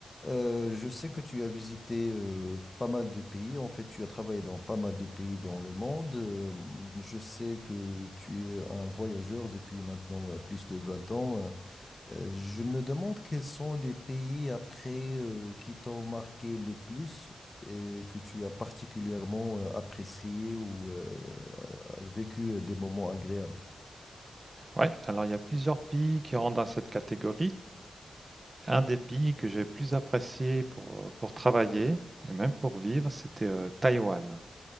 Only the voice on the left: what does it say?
Euh, je sais que tu as visité euh, pas mal de pays. En fait, tu as travaillé dans pas mal de pays dans le monde. Euh, je sais que tu es un voyageur depuis maintenant euh, plus de 20 ans. Euh, euh, je me demande quels sont les pays après euh, qui t'ont marqué le plus et que tu as particulièrement euh, apprécié ou euh, vécu euh, des moments agréables.